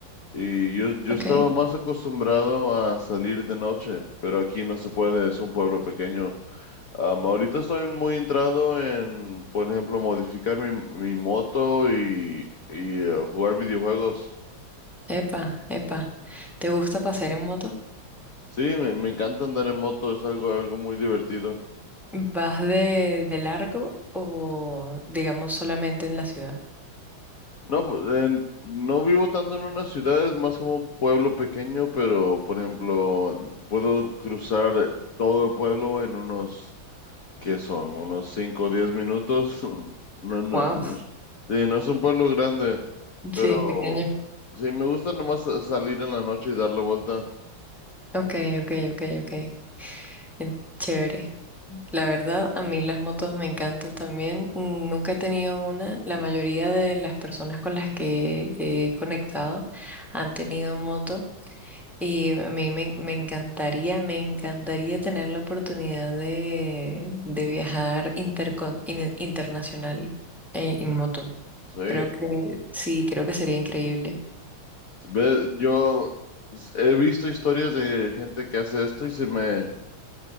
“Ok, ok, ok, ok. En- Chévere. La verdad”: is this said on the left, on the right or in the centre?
Centre